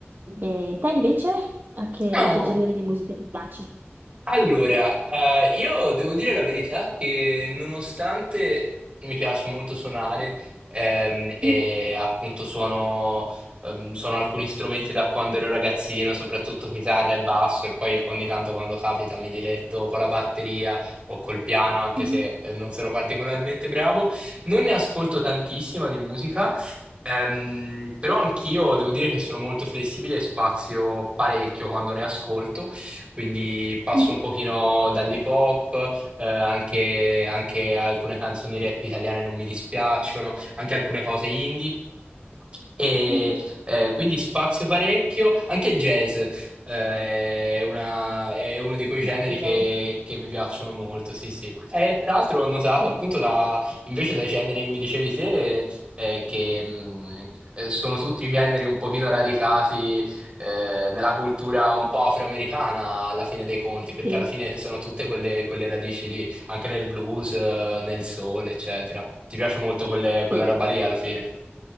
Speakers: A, on the right; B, on the right.
A: E te invece, a che,
B: No.
A: che genere di musica ti piace?
B: Allora, eh, io devo dire la verità che nonostante mi piaccia molto suonare ehm, e
A: Mhm,
B: appunto suono, ehm, suono alcuni strumenti da quando ero ragazzino, soprattutto chitarra e basso, e poi ogni tanto quando capita mi diletto con la batteria o col piano, anche
A: mhm,
B: se eh, non sono particolarmente bravo, non ne ascolto tantissima di musica. Ehm, però anch'io devo dire che sono molto flessibile e spazio parecchio quando ne ascolto quindi passo
A: mhm,
B: un pochino dall'hip hop, eh, anche, anche alcune canzoni rap italiane non mi dispiacciono, anche alcune cose indie. E
A: mhm.
B: eh, quindi spazio parecchio, anche il jazz eh, è, una- è uno di quei generi
A: Bello.
B: che, che mi piacciono molto, sì, sì. E peraltro ho notato
A: Sì.
B: appunto da, invece dai generi che mi dicevi te, eh, che mh, eh, sono tutti generi un pochino radicati eh, nella cultura un po' afroamericana alla fine dei conti, perché
A: Sì,
B: alla fine sono tutte quelle, quelle radici lì, anche nel blues, eh, nel soul, eccetera. Ti piace molto quelle- quella
A: sì,
B: roba lì alla fine?